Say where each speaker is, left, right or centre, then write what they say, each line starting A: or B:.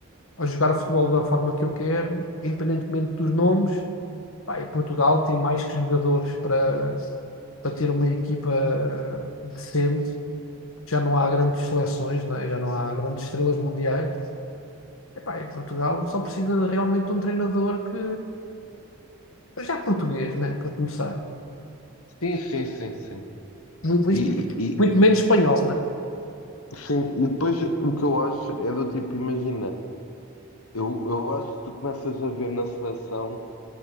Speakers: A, on the left; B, on the left.
A: a jogar futebol da forma que eu quero, independentemente dos nomes. Pá, e Portugal tem mais que jogadores para, para ter uma equipa eh, decente. Já não há grandes seleções, não é? Já não há grandes estrelas mundiais. Epá, e Portugal só precisa de realmente um treinador que Mas já português, né? Para começar.
B: Sim, sim, sim, sim.
A: Muito,
B: E,
A: muito
B: e-
A: menos espanhol, né?
B: e- sim, e depois o que eu acho é do tipo, imagina, eu, eu acho que tu começas a ver na seleção.